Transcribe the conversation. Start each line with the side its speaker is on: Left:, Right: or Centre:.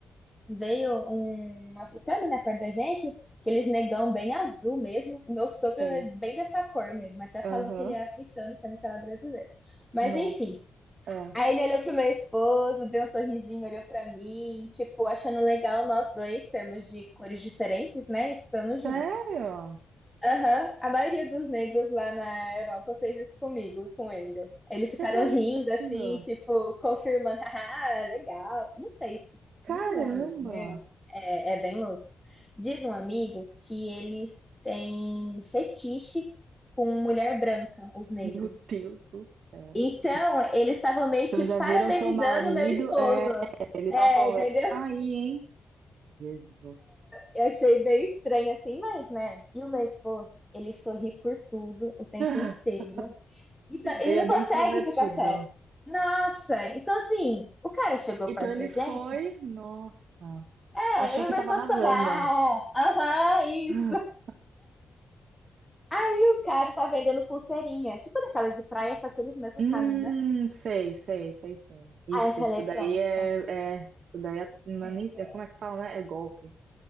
Centre: Veio um africano, né, perto da gente, que eles negão bem azul mesmo. O meu sogro
Right: Sei.
Centre: é bem dessa cor mesmo. Até falam
Right: Aham.
Centre: que ele é africano, sendo que ele é brasileiro. Mas
Right: Nossa.
Centre: enfim.
Right: Ah,
Centre: Aí ele olhou pro meu esposo, deu um sorrisinho, olhou pra mim, tipo, achando legal nós dois termos de cores diferentes, né? Estamos
Right: Sério?
Centre: juntos. Aham, a maioria dos negros lá na Europa fez isso comigo e com o Wendel. Eles ficaram
Right: Você tá
Centre: rindo, assim,
Right: brincando?
Centre: tipo, confirmando, <laughs> ah, legal. Não sei se. Diz
Right: Caramba!
Centre: um amigo meu, é, é bem louco. Diz um amigo que eles têm fetiche com mulher branca, os negros.
Right: Meu Deus do céu.
Centre: Então, eles estavam meio
Right: Então
Centre: que
Right: já
Centre: parabenizando
Right: viram seu marido?
Centre: meu esposo.
Right: É, eles estavam
Centre: É,
Right: falando
Centre: entendeu?
Right: "É isso aí, hein? Jesus.
Centre: Eu achei bem estranho assim, mas, né? E o meu esposo, ele sorri por tudo o tempo inteiro.
Right: <laughs>
Centre: Então, ele
Right: Ele
Centre: não
Right: é bem
Centre: consegue
Right: extrovertido.
Centre: ficar sério. Nossa, então assim, o cara chegou
Right: Então
Centre: perto
Right: ele
Centre: da gente?
Right: foi, nossa,
Centre: É,
Right: achou
Centre: eu e
Right: que
Centre: o meu
Right: tava
Centre: esposo
Right: arrasando.
Centre: falou, ah, aham, isso.
Right: <laughs>
Centre: Aí o cara tá vendendo pulseirinha, tipo daquelas de praia, só que eles mesmos
Right: Hum,
Centre: fazem, né?
Right: sei, sei, sei sim. Ixi,
Centre: Aí eu falei,
Right: isso daí
Centre: pronto.
Right: é, é, isso daí é, não
Centre: É.
Right: é nem, é- como é que fala, né? É golpe.